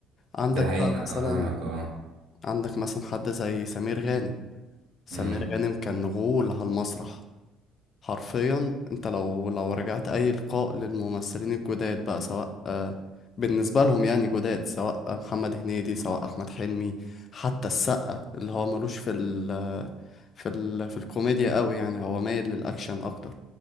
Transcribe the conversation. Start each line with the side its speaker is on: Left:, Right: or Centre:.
Left: عندك
Right: ده حقيقة
Left: بقى مثلا
Right: فاهمك اه
Left: عندك مثلا حد زي سمير غانم سمير
Right: امم
Left: غانم كان غول على المسرح حرفيا انت لو لو رجعت اي لقاء للممثلين الجداد بقى سواء آه، بالنسبه لهم يعني جداد سواء محمد هنيدي سواء احمد حلمي حتى السقا اللي هو ملوش في ال في ال في الكوميديا قوي يعني هو مايل للاكشن اكتر